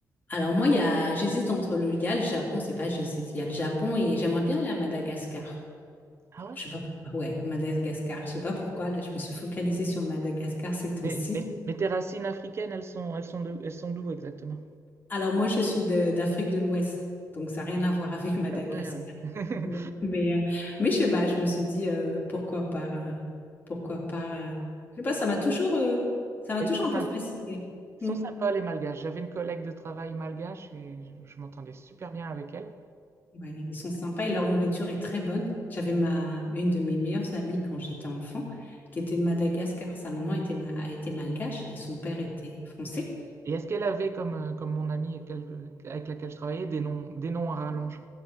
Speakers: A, on the left (about 30°); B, on the right (about 40°).
A: Alors moi, il y a, j'hésite entre le, il y a le Japon, c'est pas j'hésite, il y a le Japon et j'aimerais bien aller à Madagascar.
B: Ah
A: Alors,
B: ouais?
A: je sais pas pourquoi, ouais, Madagascar, je sais pas pourquoi, là je me suis focalisée sur Madagascar ces temps-ci.
B: Mais, mais- mais tes racines africaines, elles sont, elles sont de- elles sont d'où exactement?
A: Alors moi, je suis de- d'Afrique de l'Ouest, donc ça n'a rien à voir avec <laughs> Madagascar.
B: Après, ouais. <laughs>
A: Non. Mais, euh, mais je sais pas, je me suis dit, euh, pourquoi pas, euh, pourquoi pas. euh, Je sais pas, ça m'a toujours, euh, ça m'a
B: Ils
A: toujours
B: sont sympas.
A: un peu fascinée. Mm.
B: Ils sont sympas, les Malgaches. J'avais une collègue de travail malgache et je, je m'entendais super bien avec elle.
A: Ouais, ils sont sympas et leur nourriture est très bonne. J'avais ma une de mes meilleures amies quand j'étais enfant, qui était de Madagascar. Sa maman était, ma, était malgache et son père était français.
B: Et est-ce qu'elle avait, comme, euh, comme mon amie avec, quel- avec laquelle je travaillais, des noms, des noms à rallonge?